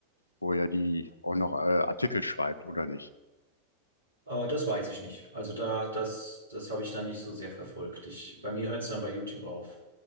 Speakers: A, on the left; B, on the right.
A: wo er die auch noch äh, Artikel schreibt, oder nicht?
B: Äh, das weiß ich nicht. Also da, das, das habe ich dann nicht so sehr verfolgt. Ich, bei mir hört es dann bei YouTube auf.